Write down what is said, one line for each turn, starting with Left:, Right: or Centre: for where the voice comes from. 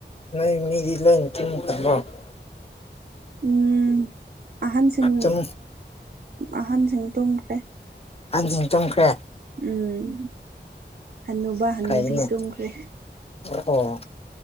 Left: ꯅ ꯃꯤ ꯏꯂꯇꯤꯃ ꯀꯣ
Right: ꯎꯝ ꯑꯍꯟꯁꯤꯡ
Left: ꯇꯨꯝ
Right: ꯑꯍꯟꯁꯤꯡ ꯇꯨꯝꯈ꯭ꯔꯦ
Left: ꯍꯟꯖꯤꯟ ꯆꯣꯡꯈ꯭ꯔꯦ
Right: ꯎꯝ ꯑꯅꯨꯕ ꯍꯅꯨꯕꯤ
Left: ꯐꯩꯅꯦ
Right: ꯇꯨꯝꯈ꯭ꯔꯦ
Left: ꯑꯣ